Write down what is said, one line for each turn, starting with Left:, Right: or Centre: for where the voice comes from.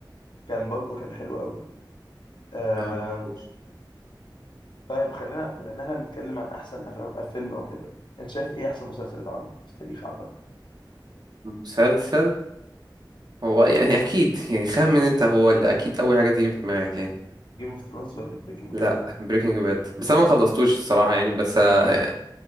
Left: كان برضو كان حلو قوي آه
Right: آه، معرفوش.
Left: طيب خلينا بما ان احنا بنتكلم عن احسن افلام فيلم او كده انت شايف ايه احسن مسلسل اتعمل في التاريخ عامه
Right: مسلسل هو يعني اكيد يعني خمن انت هو اللي اكيد اول حاجة تيجي في دماغك يعني
Left: جيم اوف ثرونز ولا بريكنج
Right: لا
Left: باد
Right: بريكنج باد بس انا ما خلصتوش الصراحة يعني بس آه،